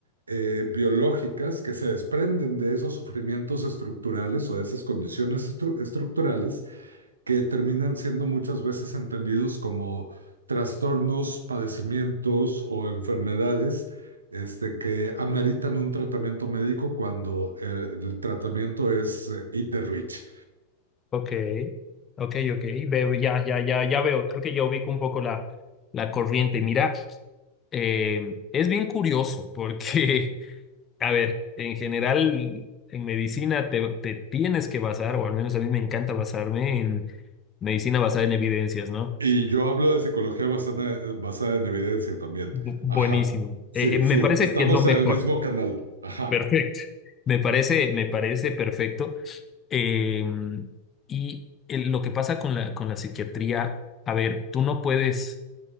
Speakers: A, on the right; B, on the left.
A: eh, biológicas que se desprenden de esos sufrimientos estructurales o de esas condiciones estru- estructurales que terminan siendo muchas veces entendidos como trastornos, padecimientos o enfermedades este, que ameritan un tratamiento médico cuando eh, el tratamiento es eh, eat the rich.
B: ok, ok, ok. Veo- ya, ya, ya, ya veo. Creo que ya ubico un poco la, la corriente. Mira, eh, es bien curioso porque, <laughs> a ver, en general, en medicina te, te tienes que basar, o al menos a mí me encanta basarme en medicina basada en evidencias, ¿no?
A: Y yo hablo de psicología basada, basada en evidencia también.
B: Bu- Buenísimo.
A: Ajá. Sí,
B: Eh, eh, me
A: sí,
B: parece
A: estamos
B: que es lo mejor.
A: en el mismo canal. Ajá.
B: Perfecto. Me parece, me parece perfecto. Eh, y el- lo que pasa con la, con la psiquiatría, a ver, tú no puedes,